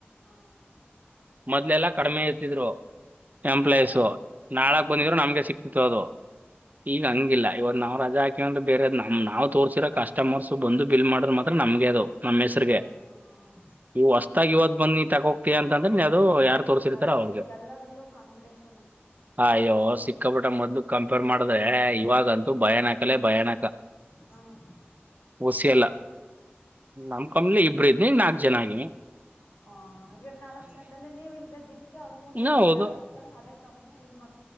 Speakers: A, on the left (about 70°); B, on the right (about 40°).
A: ಹ
B: ಮೊದ್ಲೆಲ್ಲಾ
A: ಅದ
B: ಕಡಿಮೆ ಇರ್ತಿದ್ರು
A: ಹ
B: ಎಂಪ್ಲಾಯೀಸು
A: ಇವಾಗ ಹ್ಮ್
B: ನಾಳಕ್
A: ಹ್ಮ್
B: ಬಂದಿದ್ರು ನಮ್ಗೆ ಸಿಕ್ತಿತ್ತು ಅದು
A: ಹ್ಮ್
B: ಈಗ
A: ಹ್ಮ್ ಹ್ಮ್
B: ಹಂಗಿಲ್ಲ ಇವಂದು ನಾವ್ ರಜಾ ಹಾ ಯ್ರೆ ಬೇರೆ ನಾವು ತೋರ್ಸಿೋ ಕಟಮರ್ಸ್ ಬಂದು ಬಿಲ್ ಮಾಡ್ರ ಮಾತ್ರ ನಮ್ಗೆ ಅದುಾವ ನಮ್ಮ ಹೆಸಗೆ
A: ಹ
B: ಇವು ಹೊಸತಾಗ ಇವತ್ ಬನ್ನಿ ತಗೋಗ್ತಿಯ ಅಂತ ದು ಯಾರು ತೋರಿಸಿರ್ತಾರ
A: ಅದೇ
B: ಅವ್ರಿಗೆ
A: ಈಗ ಎಲ್ಲದ್ರಲ್ಲೂ ಕಾಂಪಿಟೇಷನ್
B: ಅಯ್ಯೋ ಸಿಕ್ಕಬಿಟ್ಟ ಮೊದ ಕಂಪೇರ್ ಮಾಡಿದೆ ಇವಾಗಂತ ಭಯಾನಕಲ್ಲೇ ಭಯಾನಕ
A: ಹ
B: ಹಸಿಯಲ್ಲ ನಮ್ ಕಮ್ಮಲೆ ಇಬರು ಾಕು ಜನಾಗಿಿ
A: ಹಾ ಗಿರ್ ನಾಲ್ಕು ಜನದಲ್ಲಿ ನೀವ ಇಲ್ದೆ ದಿನಕ್ಕೆ ಅವ್ರ ಮೂರ್
B: ಹ್ಮ್,
A: ಜನ
B: ಹೌದು
A: ಯಾರು ಹೋಗ್ತಾರೆ ಅದೇ ತಪಾ ಇದ ಮಾಡ